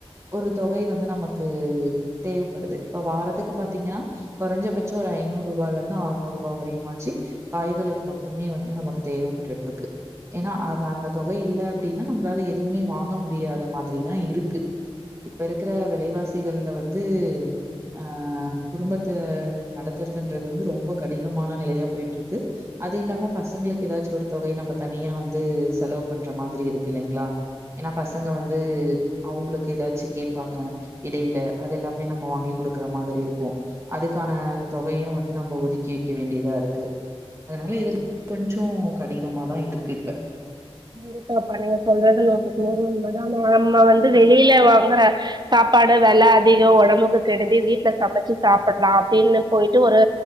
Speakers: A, on the right; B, on the right.
A: ஒரு தொகை வந்து நமக்கு தேவப்படுது இப்ப வாரத்துக்கு பாத்தீங்கனா கொறஞ்சபச்சோ ஒரு ஐநூறு ரூபாலந்து ஆற்நூ ருபா வரையுமாச்சு காய்களுக்கு மட்டுமே வந்து நமக்கு தேவப்பட்டுட்ருக்கு ஏனா அது அந்த தொகை இல்ல அப்டின்னா நம்ளால எதுமே வாங்க முடியாத மாதிரிதா இருக்கு இப்ப இருக்குற வெலைவாசிகள்ல வந்து ஆ குடும்பத்த நடத்துறதுன்றது வந்து ரொம்ப கடினமான நிலையா போயிட்ருக்கு அது இல்லாம பசங்ளுக்கு எதாச்சு ஒரு தொகை நம்ப தனியா வந்து செலவு பண்ற மாதிரி இருக்கு இல்லைங்ளா என்னா பசங்க வந்து அவுங்களுக்கு எதாச்சு கேப்பாங்க இடையில அதெல்லாமே நம்ம வாங்கி குடுக்குற மாதிரி இருக்கு அதுக்கான தொகையு வந்து நம்ப ஒதுக்கி வைக்க வேண்டியதாருக்கு அதுனால இது கொஞ்ச கடினமாதா இருக்கு இப்ப
B: கண்டிப்பாப்பா நீங்க சொல்றது நூத்துக்கு நூறு உண்மதா நம்ம வந்து வெளில வாங்கற சாப்பாட வெல அதிகொ ஒடம்புக்கு கெடுதி வீட்ல சமச்சு சாப்புட்லா ப்டினு போயிட்டு ஒரு